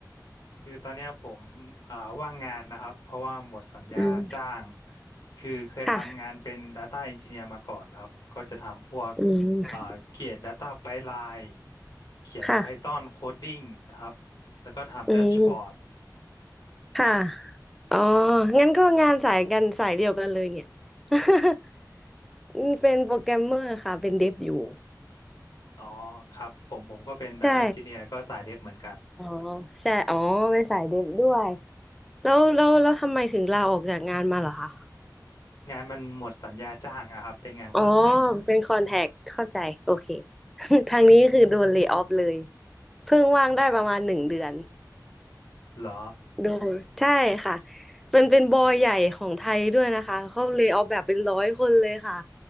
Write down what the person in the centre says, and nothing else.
อืม
ค่ะ
อืม
ค่ะ
อืมค่ะอ๋องั้นก็งานสายกันสายเดียวกันเลยเนี่ย <laughs> อืมเป็นโปรแกรมเมอร์ค่ะเป็นเดฟอยู่
ใช่
อ๋อใช่อ๋อเป็นสายเดฟด้วยแล้วแล้วแล้วทำไมถึงลาออกจากงานมาเหรอคะ
อ๋อเป็นคอนแทคเข้าใจโอเค <laughs> ทางนี้คือโดนเล y off เลยเพิ่งว่างได้ประมาณหนึ่งเดือน
โดูใช่ค่ะเป็นเป็นบอยใหญ่ของไทยด้วยนะคะเขาเล y off แบบเป็นร้อยคนเลยค่ะ